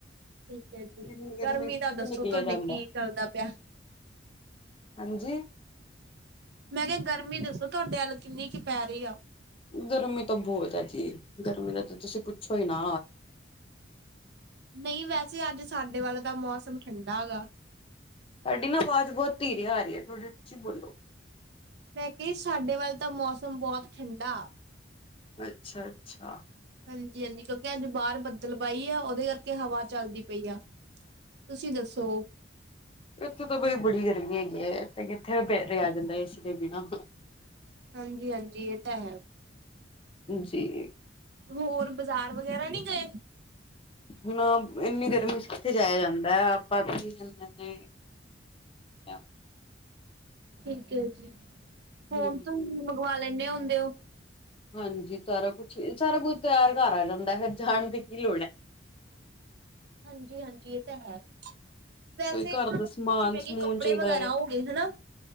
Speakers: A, on the right; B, on the left.
A: ਠੀਕ ਹੈ ਜੀ,
B: ਇੰਨੀ
A: ਗਰਮੀ
B: ਚ ਕਿੱਥੇ
A: ਦਾ ਦੱਸੋ
B: ਨਿਕਲਿਆ
A: ਤੁਹਾਡੇ
B: ਜਾਂਦਾ
A: ਕੀ ਚੱਲਦਾ ਪਿਆ?
B: ਹਾਂਜੀ,
A: ਮੈਂ ਕਿਹਾ ਗਰਮੀ ਦੱਸੋ ਤੁਹਾਡੇ ਅੱਲ ਕਿੰਨੀ ਕੁ ਪੈ ਰਹੀ ਆ?
B: ਗਰਮੀ ਤਾਂ ਬਹੁਤ ਹੈ, ਜੀ ਗਰਮੀ ਦਾ ਤਾਂ ਤੁਸੀਂ ਪੁੱਛੋ ਹੀ ਨਾ
A: ਨਹੀਂ ਵੈਸੇ ਅੱਜ ਸਾਡੇ ਵਾਲੇ ਤਾਂ ਮੌਸਮ ਠੰਡਾ ਹੈਗਾ।
B: ਸਾਡੀ ਨਾ ਆਵਾਜ਼ ਬਹੁਤ ਧੀਰ ਆ ਰਹੀ ਹੈ ਥੋੜਾ ਉਚੀ ਬੋਲੋ,
A: ਮੈਂ ਕਿਹਾ ਸਾਡੇ ਵੱਲ ਤਾਂ ਮੌਸਮ ਬਹੁਤ ਠੰਡਾ,
B: ਅੱਛਾ, ਅੱਛਾ,
A: ਹਾਂਜੀ-ਹਾਂਜੀ, ਕਿਉਂਕਿ ਅੱਜ ਬਾਹਰ ਬੱਦਲ ਬਾਈ ਆ ਉਹਦੇ ਕਰਕੇ ਹਵਾ ਚੱਲਦੀ ਪਈ ਆ। ਤੁਸੀਂ ਦੱਸੋ?
B: ਉੱਥੇ ਤਾਂ ਕੋਈ ਬੜੀ ਗਰਮੀ ਹੈਗੀ ਹੈ, ਤੇ ਕਿੱਥੇ ਬੇ ਰਿਹਾ ਆ ਜਾਂਦਾ ਏਸੀ ਦੇ ਬਿਨਾਂ।
A: ਹਾਂਜੀ-ਹਾਂਜੀ ਇਹ ਤਾਂ ਹੈ।
B: ਜੀ,
A: ਹੋਰ ਬਾਜ਼ਾਰ ਵਗੈਰਾ ਨਹੀਂ ਗਏ।
B: ਹ ਇੰਨੀ ਗਰਮੀ ਚ ਕਿੱਥੇ ਜਾਇਆ ਜਾਂਦਾ ਹੈ, ਆਪਾਂ ਵੀ ਕਦੇ <unintelligible>
A: ਠੀਕ ਹੈ, ਜੀ ਫੋਨ
B: ਹਾਂਜੀ
A: ਤੋਂ ਮੰਗਵਾ ਲੈਂਦੇ ਹੁੰਦੇ ਹੋ।
B: ਹਾਂਜੀ ਸਾਰਾ ਕੁਛ ਸਾਰਾ ਕੁਝ ਤਿਆਰ ਘਰ ਆ ਜਾਂਦਾ, ਫੇਰ ਜਾਣ ਦੀ ਕੀ ਲੋੜ ਹੈ।
A: ਹਾਂਜੀ-ਹਾਂਜੀ ਇਹ ਤਾਂ ਹੈ। ਵੈਸੇ
B: ਕੋਈ ਘਰ ਦਾ ਸਮਾਨ
A: ਜਿਵੇਂ ਕਿ
B: ਸਮੂਨ
A: ਕੱਪੜੇ
B: ਚਾਹੀਦਾ
A: ਵਗੈਰਾ
B: ਹੈ
A: ਹੋ ਗਏ ਹਨਾ।